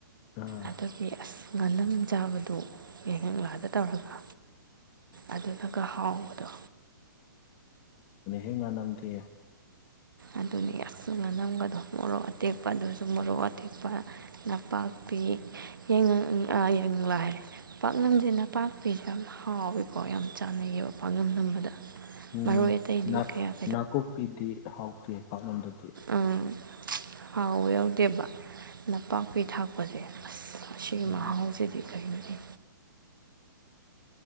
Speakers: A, on the left; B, on the right.
A: ꯑꯥ
B: ꯑꯗꯨꯒꯤ ꯑꯁ ꯉꯥꯅ ꯆꯥꯕꯗꯨ ꯌꯦꯡꯉꯛꯂꯗ ꯇꯧꯔꯒ ꯑꯗꯨꯒ ꯍꯥꯎꯕꯗꯣ
A: ꯑꯩ ꯉꯥꯟꯅꯝꯗꯦ
B: ꯑꯗꯨꯅ ꯌꯥꯛꯁꯨ ꯉꯅꯝꯒꯗꯣ ꯃꯣꯔꯣꯛ ꯑꯇꯦꯛꯄ ꯑꯗꯨꯁꯨ ꯃꯣꯔꯣꯛ ꯑꯇꯦꯛꯄ ꯅꯄꯥꯛꯄꯤ ꯌꯥꯏꯉꯥ ꯍꯥꯏꯔꯦ ꯄꯥꯛꯅꯝꯁꯦ ꯅꯄꯥꯛꯄꯤꯁꯦ ꯌꯥꯝ ꯍꯥꯎꯋꯦꯀꯣ ꯌꯥꯝ ꯆꯥꯟꯅꯩꯌꯦꯕ ꯄꯥꯛꯅꯝ ꯅꯝꯕꯗ
A: ꯎꯝꯅꯥ
B: ꯃꯔꯣꯏ ꯑꯇꯩꯗꯤ ꯀꯌꯥ
A: ꯅꯥꯀꯨꯞꯄꯤꯗꯤꯗꯤ ꯍꯥꯎꯇꯦ ꯄꯥꯛꯂꯝꯗꯕ
B: ꯎꯝ ꯍꯥꯎ ꯌꯥꯎꯗꯦꯕ ꯅꯄꯥꯛꯄꯤ ꯊꯥꯛꯄꯁꯦ ꯑꯁ ꯑꯁꯤꯒꯤ
A: ꯎꯝ
B: ꯃꯍꯥꯎꯁꯤꯗꯤ ꯀꯔꯤꯅꯤ